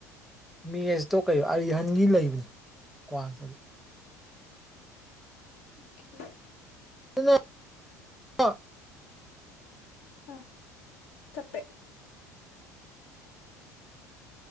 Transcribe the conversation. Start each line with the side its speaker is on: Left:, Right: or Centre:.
Centre: ꯃꯤ ꯑꯁꯤꯇꯣ ꯀ ꯑꯔꯤꯍꯟꯒꯤ ꯂꯩꯕꯅꯤ ꯀ꯭ꯔꯤ
Left: ꯑꯣꯦ
Centre: ꯑ ꯑ
Left: ꯑꯥ ꯇꯄꯦ